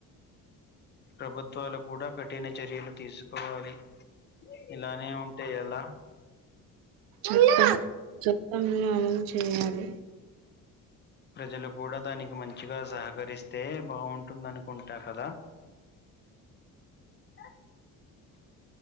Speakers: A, on the left (about 30°); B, on the right (about 85°).
A: ప్రభుత్వాలు కూడా కఠిన చర్యలు తీసుకోవాలి ఇలానే ఉంటే ఎలా
B: స్ట్రిక్టు్ చట్టాన్ని అమలు చేయాలి
A: ప్రజలు కూడా దానికి మం చ్చిగా సహకరిస్తే బాగుంటుందనుకుంటా కదా అ